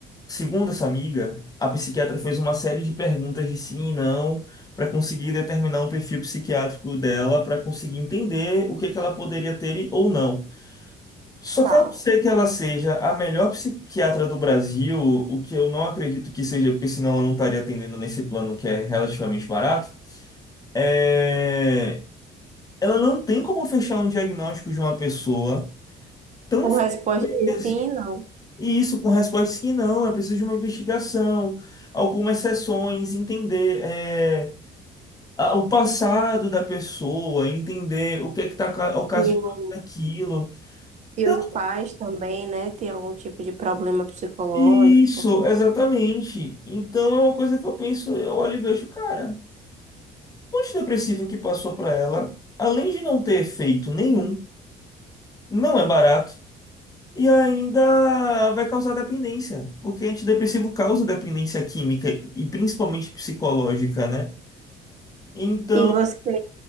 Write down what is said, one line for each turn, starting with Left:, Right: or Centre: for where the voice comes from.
Left: segundo essa amiga, a psiquiatra fez uma série de perguntas de sim e não para conseguir determinar um perfil psiquiátrico dela, para conseguir entender o que que ela poderia ter e- ou não. Só
Right: Tá.
Left: que a não ser que ela seja a melhor psiquiatra do Brasil, o que eu não acredito que seja, porque senão ela não estaria atendendo nesse plano que é relativamente barato. É ela não tem como fechar um diagnóstico de uma pessoa tão
Right: Com
Left: facilmente
Right: resposta de
Left: assim.
Right: sim, não.
Left: E isso com respostas que não, é preciso de uma investigação, algumas sessões, entender é, a- o passado da pessoa, entender o que é que está ocasionando
Right: E, o-
Left: aquilo.
Right: e
Left: Então,
Right: os pais também, né, tem algum tipo de problema psicológico.
Left: Isso, exatamente. Então é uma coisa que eu penso, eu olho e vejo, cara, o antidepressivo que passou para ela, além de não ter efeito nenhum, não é barato. E ainda vai causar dependência, porque antidepressivo causa dependência química e principalmente psicológica, né? Então,
Right: E você,